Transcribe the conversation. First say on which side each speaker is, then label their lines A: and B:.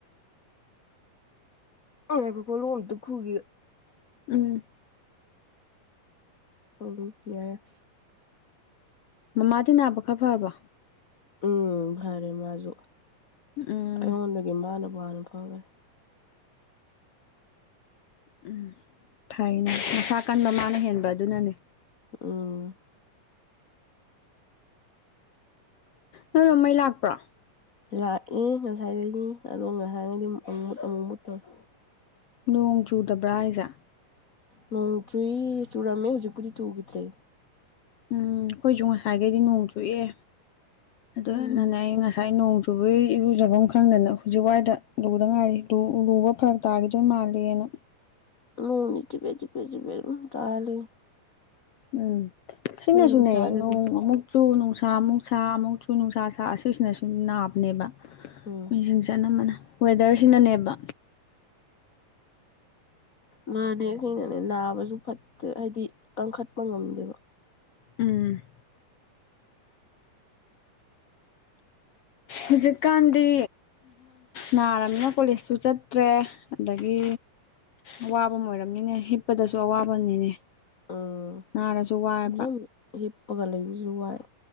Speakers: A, on the left; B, on the left.
A: ꯉꯥꯏꯈꯣꯀꯣ ꯂꯣꯑꯝꯇ ꯈꯨꯒꯤꯒꯦ
B: ꯎꯝ
A: <unintelligible>
B: ꯃꯃꯥꯗꯤ ꯅꯥꯕ ꯈꯔ ꯐꯕꯣ
A: ꯎꯝ ꯐꯔꯦ ꯃꯥꯖꯨ
B: ꯎꯝ
A: ꯑꯩꯉꯣꯟꯗꯒꯤ ꯃꯥꯅꯕꯨ ꯍꯥꯅ ꯐꯒ꯭ꯔꯦ
B: ꯎꯝ ꯐꯩꯅꯦ ꯃꯁꯥ ꯀꯟꯕ ꯃꯥꯅ ꯍꯦꯟꯕ ꯑꯗꯨꯅꯅꯦ
A: ꯎꯝ
B: ꯅꯣꯏ ꯔꯣꯝ ꯃꯩ ꯂꯥꯛꯄ꯭ꯔꯣ
A: ꯂꯥꯛꯏ ꯉꯁꯥꯏꯗꯒꯤ ꯑꯗꯣ ꯉꯍꯥꯡꯒꯩꯗꯤ ꯑꯃꯨꯛ ꯑꯃꯨꯛ ꯑꯃꯨꯛ ꯃꯨꯠ ꯇꯧꯔꯦ
B: ꯅꯣꯡ ꯆꯨꯗꯕ꯭ꯔꯥ ꯍꯥꯏꯁꯦ
A: ꯅꯣꯡ ꯆꯨꯏ ꯆꯨꯔꯝꯃꯦ ꯍꯧꯖꯤꯛꯄꯨꯗꯤ ꯆꯨꯈꯤꯗ꯭ꯔꯦ
B: ꯎꯝ ꯑꯩꯈꯣꯏꯁꯨ ꯉꯁꯥꯏꯈꯩꯗꯤ ꯅꯣꯡ ꯆꯨꯑꯦ ꯑꯗꯨ
A: ꯎꯝ
B: ꯅꯅꯦ ꯑꯩ ꯉꯁꯥꯏ ꯅꯣꯡ ꯆꯨꯕꯒꯤ ꯏꯔꯨꯖꯐꯝ ꯈꯪꯗꯅ ꯍꯧꯖꯤꯛ ꯋꯥꯏꯗ ꯂꯨꯗ ꯉꯥꯏꯔꯤ ꯂꯨꯕ ꯐꯔꯛ ꯇꯥꯈꯤꯗꯣꯏ ꯃꯥꯂꯦꯅ
A: ꯅꯣꯡꯅꯤ ꯆꯤꯐꯦꯠ ꯆꯤꯐꯦꯠ ꯆꯤꯐꯦꯠ ꯑꯗꯨꯝ ꯇꯥꯔ ꯂꯩꯌꯦ
B: ꯎꯝ ꯁꯤꯅꯁꯨꯅꯦ
A: ꯑꯗꯨꯅ ꯏꯁꯥꯁꯦ
B: ꯅꯣꯡ
A: ꯑꯗꯨꯝ
B: ꯑꯃꯨꯛ ꯆꯨ ꯅꯨꯡꯁꯥ ꯑꯃꯨꯛ ꯁꯥ ꯑꯃꯨꯛ ꯆꯨ ꯅꯨꯡꯁꯥ ꯁꯥ ꯑꯁꯤꯁꯤꯅ ꯁꯨꯝ ꯅꯥꯕꯅꯦꯕ
A: ꯎꯝ
B: ꯃꯤꯁꯤꯡꯁꯦ ꯑꯅꯝꯕꯅ ꯋꯦꯗꯔꯁꯤꯅꯅꯦꯕ
A: ꯃꯥꯅꯦ ꯁꯤꯅꯅꯦ ꯅꯥꯕꯁꯨ ꯐꯠꯇꯦ ꯍꯥꯏꯗꯤ ꯀꯪꯈꯠꯄ ꯉꯝꯗꯦꯕ
B: ꯎꯝ ꯍꯧꯖꯤꯛꯀꯥꯟꯗꯤ ꯅꯥꯔꯕꯅꯤꯅ ꯀꯣꯂꯦꯖꯁꯨ ꯆꯠꯇ꯭ꯔꯦ ꯑꯗꯒꯤ ꯑꯋꯥꯕ ꯑꯣꯏꯔꯝꯅꯤꯅꯦ ꯍꯤꯞꯄꯗꯁꯨ ꯑꯋꯥꯕꯅꯤꯅꯦ
A: ꯎꯝ
B: ꯅꯥꯔꯁꯨ ꯋꯥꯏꯕ
A: ꯁꯨꯝ ꯍꯤꯞꯄꯒ ꯂꯩꯕꯁꯨ ꯋꯥꯏ